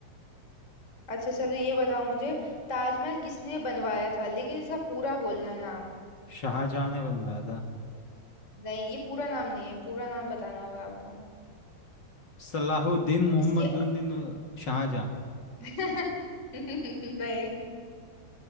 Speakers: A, on the left (about 20°); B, on the left (about 40°).
A: अच्छा चलो ये बताओ मुझे ताजमहल किसने बनवाया था लेकिन इसका पूरा बोलना है नाम
B: शाहजहाँ ने बनवाया था
A: नहीं ये पूरा नाम नहीं है पूरा नाम बताना होगा आपको
B: सलाहुद्दीन मोहम्मदुद्दीन
A: इसके
B: शाहजहाँ
A: <laughs> नहीं